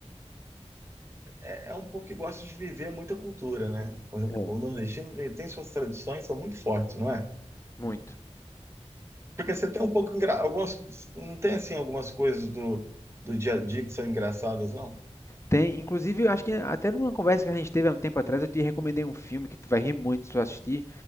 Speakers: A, on the right; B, on the left.
A: é, é um povo que gosta de viver muita cultura, né? O,
B: É.
A: o nordestino ele tem suas tradições, são muito fortes, não é?
B: muito.
A: Porque você tem um pouco, engra- algumas, não tem assim algumas coisas do, do dia a dia que são engraçadas, não?
B: Tem, inclusive, eu acho que até numa conversa que a gente teve há um tempo atrás, eu te recomendei um filme que tu vai rir muito se tu assistir,